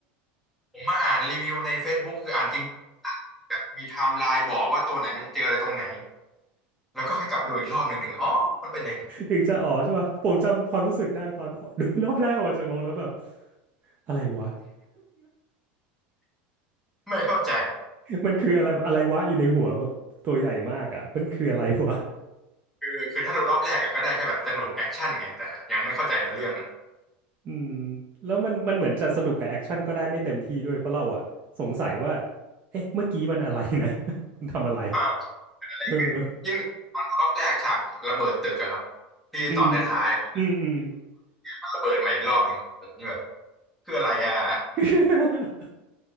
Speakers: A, in the centre; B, on the right.
A: ผมมาอ่านรีวิวใน Facebook คืออ่านจริงแบบมีไทม์ไลน์บอกว่าตัวไหนมันเจออะไรตรงไหนแล้วก็ค่อยกลับไปดูอีกรอบหนึ่งหนึ่งอ๋อมันเป็นอย่างนี้
B: ถึงจะอ๋อใช่ป่ะผมจำความรู้สึกได้ตอนดูรอบแรกออกมาจากโรงแล้วแบบอะไรวะ
A: ไม่เข้าใจ
B: มันคืออะไรอะไรวะอยู่ในหัวแบบตัวใหญ่มากอ่ะมันคืออะไรวะ
A: คือคือถ้าดูรอบแรกอะก็ได้แค่แบบสนุกแอคชั่นไงแต่ยังไม่เข้าใจเนื้อเรื่อง
B: อืมแล้วมันมันเหมือนจะสนุกกับแอคชั่นก็ได้ไม่เต็มที่ด้วยเพราะเราอะสงสัยว่าเอ๊ะเมื่อกี้มันอะไรนะ <laughs> คุณทำอะไร
A: ว่าเกิดอะไรขึ้นยิ่งตอนดูรอบแรกฉากระเบิดตึกอะครับ
B: เออ
A: ที่ตอนท้ายๆอะ
B: อืมอืมอืม
A: มันระเบิดมาอีกรอบหนึ่งผมนี่แบบคืออะไรอะ
B: <laughs>